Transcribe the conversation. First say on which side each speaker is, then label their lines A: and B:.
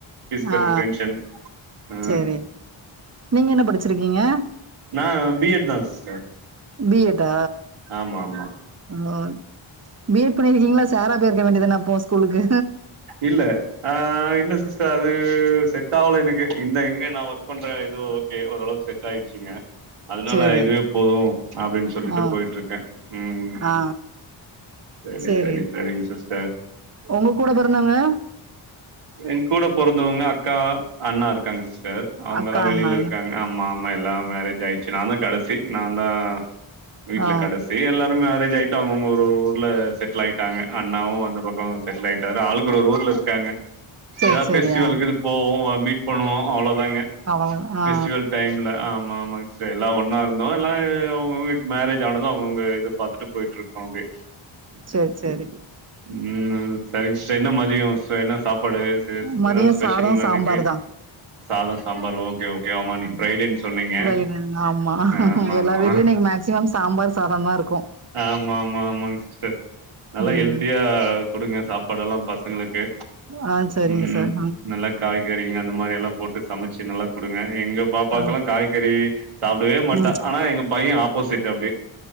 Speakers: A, on the right; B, on the right.
A: ஃபீஸ் கட்ற
B: ஆ
A: டென்ஷன் ஆ
B: சேரி நீங்க என்ன படிச்சிருக்கீங்க
A: நா பி எட் தா சிஸ்டர்
B: பி எட்டா
A: ஆமா ஆமா
B: ஓ பி எட் பண்ணி இருக்கீங்களா சார்ரா போயிருக்க வேண்டியது தான அப்போ ஸ்கூலுக்கு
A: இல்ல ஆ இல்ல சிஸ்டர் அது செட் ஆவல எனக்கு இந்த எங்க நா ஒர்க் பண்ற இது ஓகே ஓரளவுக்கு செட் ஆய் ச்சிங்க அதனால
B: சேரி
A: இதுவே போது அப்டின்னு சொல்லிட்டு
B: ஆ
A: போய்ட்டு இருக்க ம் ம்
B: ஆ
A: சரி
B: சேரி
A: சரி சரிங்க சிஸ்டர்
B: உங்க கூட பொறந்தவங்க
A: என் கூட பொறந்தவுங்க அக்கா அண்ணா இருக்காங்க சிஸ்டர் அவுங்கல்லா
B: அக்கா
A: வெளில
B: அண்ணானா
A: இருக்காங்க ஆமா ஆமா எல்லா மேரேஜ் ஆயிடுச்சு நா தா கடைசி நா தா வீட்ல
B: ஆ
A: கடைசி எல்லாரு மேரேஜ் ஆய்ட்டு அவுங்கவுங்க ஒரு ஒரு ஊர்ல செட்டில் ஆய்ட்டாங்க அண்ணாவு அந்த பக்கோ செட்டில் ஆயிட்டாரு ஆளுக்கு ஒரு ஒரு ஊர்ல இருக்காங்க
B: சேரி
A: ஏதாவ
B: சேரி
A: பெஸ்டிவலுக்கு
B: ஆ
A: போவோ வ மீட் பண்ணுவோ அவ்வளோதாங்க
B: அவ ஆ
A: ஃபெஸ்டிவல் டைம்ல ஆமா ஆமாங்க சே எல்லா ஒன்னா இருந்தோ எல்லா எ அவுங்கவுங்க மேரேஜ் ஆனது அவுங்கவுங்க இத பாத்துட்டு போய்ட்டுருப்போ அப்டே <inaudible>
B: சேரி சேரிங்க
A: ம் சரிங்க சிஸ்டர் என்ன மதியோ ச என்ன சாப்பாடு எதாவது ச
B: மதியோ
A: ச ஸ்பெஷலுங்களா
B: சாதோ சாம்பார்
A: இன்னைக்கு
B: தா
A: சாதோ சாம்பார் ஓகே ஓகே
B: <unintelligible>
A: ஆமா இன்னைக்கு ஃப்ரைடேன்னு சொன்னீங்க
B: ஆமா
A: ஆமா
B: எல்லா
A: ஆமா
B: வீட்லயு இன்னிக்கு மேக்சிமம் சாம்பார் சாதோதா இருக்கு
A: ஆமா ஆமா ஆமாங்க சிஸ்டர் நல்லா
B: ம்
A: ஹெல்த்தியா குடுங்க சாப்பாடெல்லா பசங்களுக்கு
B: ஆ சரிங்க
A: ம்
B: சார்
A: நல்லா காய்கறிங்க அந்த மாரில்லா போட்டு சமைச்சு நல்லா குடுங்க எங்க பாப்பாக்கெல்லா
B: ஆ
A: காய்கறி சாப்டவே மாட்டா
B: ம்
A: ஆனா எங்க பைய ஆப்போசிட் அப்டே